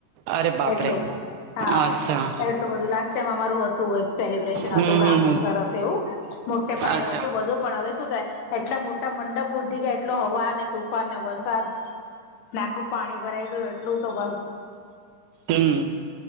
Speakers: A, on the right; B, on the left.
A: અરે બાપરે
B: એટલું હા
A: અચ્છા
B: એટલું બધું લાસ્ટ ટાઈમ અમારું હતું એક સેલિબ્રેશન
A: હમ
B: હતું ગામનું
A: હમ
B: સરસ એવું મોટે પાયે
A: અચ્છા
B: હતું બધું પણ હવે શું થાય એટલા મોટા મંડપ ફૂટી ગયા એટલો હવા તોફાનને વરસાદ ને આખું પાણી ભરાઈ ગયું એટલું તો બ
A: હમ